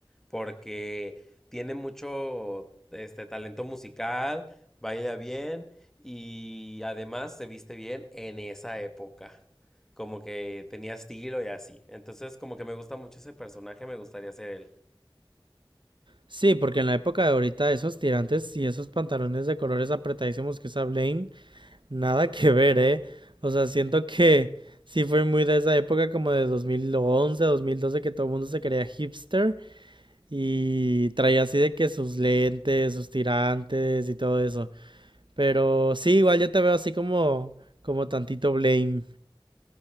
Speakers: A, in the centre; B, on the right.
A: Porque tiene mucho este talento musical, baila bien y además se viste bien en esa época. Como que tenía estilo y así. Entonces, como que me gusta mucho ese personaje, me gustaría ser él.
B: Sí, porque en la época de ahorita esos tirantes y esos pantalones de colores apretadísimos que usa Blame, nada <laughs> que ver, ¿eh? O sea, siento que sí fue muy de esa época como de dos dos mil once, dos mil doce que todo el mundo se creía hipster y traía así de que sus lentes, sus tirantes y todo eso. Pero sí, igual yo te veo así como como tantito Blame.